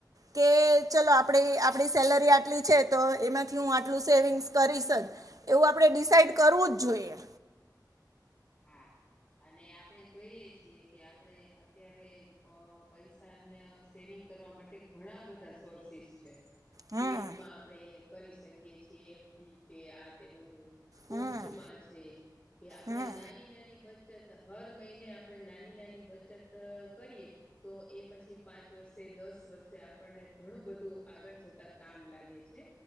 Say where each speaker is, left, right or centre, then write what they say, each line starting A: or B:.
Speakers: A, on the right (about 50°); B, on the left (about 20°).
A: કે ચલો આપણી આપણી સેલરી આટલી છે તો એમાંથી હું આટલું સેવિંગ્સ કરીશ. એવું આપડે ડિસાઇડ કરવું જ જોઈએ.
B: હા અને આપણે જોઈએ છીએ કે આપણે અત્યારે અ પૈસાને સેવિંગ કરવા માટે ઘણા બધા સોર્સિસ છે.
A: હમ
B: બેંકમાં આપણે કરી શકીએ છીએ એફડી કે આ તે બધું પોસ્ટમાં
A: હમ
B: છે કે આપણે
A: હમ
B: ના બચત હર મહિને આપણે નાની નાની બચત કરીએ તો એ પછી પાંચ વર્ષે દસ વર્ષે આપણને ઘણું બધું આગળ જતા કામ લાગે છે.